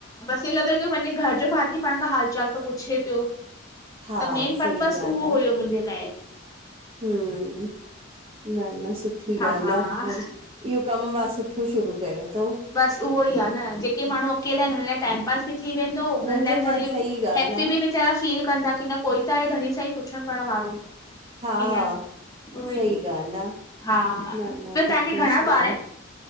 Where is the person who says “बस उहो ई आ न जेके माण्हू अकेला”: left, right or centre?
Left